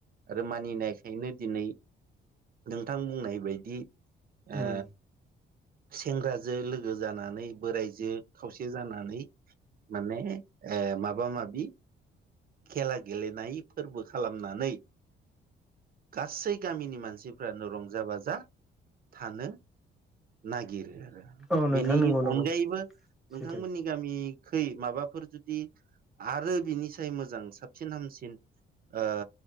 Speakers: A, on the right; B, in the centre.
A: आरो मानिनायखायनो दिनै नोंथां बुंनाय बायदि ओ
B: उम
A: सेंग्राजो लोगो जानानै बोरायजो खावसे जानानै माने माबा माबि खेला गेलेनाय फोरबो खालामनानै गासै गामिनि मानसिफ्रानो रंजा बाजा थानो नागिरो आरो
B: औ नोंथां
A: बेनि
B: नंगौ नंगौ
A: अनगायैबो नोंथांमोननि
B: सैथो
A: गामि खै माबाफोर जुदि आरो बिनिसाय मोजां साबसिन हामसिन ओ